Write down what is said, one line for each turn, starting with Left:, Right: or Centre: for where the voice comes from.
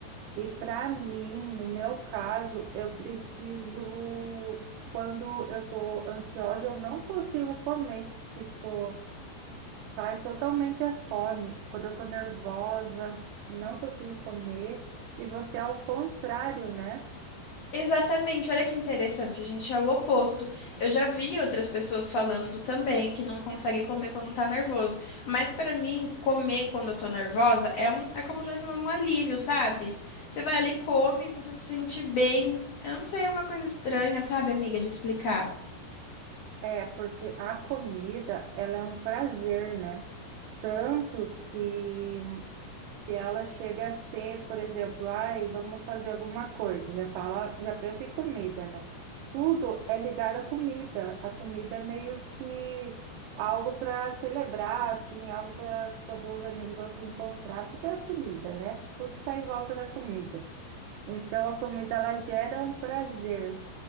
Right: E para mim, no meu caso, eu preciso, quando eu estou ansiosa, eu não consigo comer. Tipo, sai totalmente a fome. Quando eu estou nervosa, não consigo comer. E você é o contrário, né?
Left: Exatamente, olha que interessante, a gente é o oposto. Eu já vi outras pessoas falando também que não consegue comer quando tá nervoso, mas pra mim, comer quando eu tô nervosa é um, é como se fosse um alívio, sabe? Você vai ali, come, você se sente bem. Eu não sei, é uma coisa estranha, sabe, amiga, de explicar.
Right: É, porque a comida, ela é um prazer, né? Tanto que que ela chega a ser, por exemplo, ai, vamos fazer alguma coisa, já fala, já pensa em comida, né? Tudo é ligado à comida. A comida é meio que algo para celebrar, assim, algo para quando os amigos vão se encontrar, tudo é a comida, né? Tudo está em volta da comida. Então a comida ela gera um prazer.